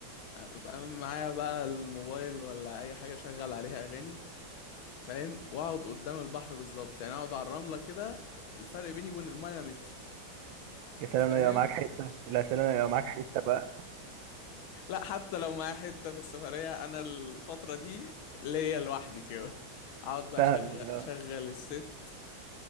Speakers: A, on the left (about 80°); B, on the right (about 75°).
A: ببقى معايا بقى الموبايل ولا اي حاجة شغل عليها اغاني فاهم واقعد قدام البحر بالظبط يعني اقعد على الرمله كده الفرق بيني وبين المايه متر
B: يا سلام
A: فاهم
B: لو يبقى معاك حتة لا يا سلام لو يبقى معاك حتة بقى
A: لا حتى لو معايا حته في السفريه انا الفتره دي ليا لوحدي كده اقعد بقى
B: فاهمك
A: اشغل اشغل
B: اه
A: الست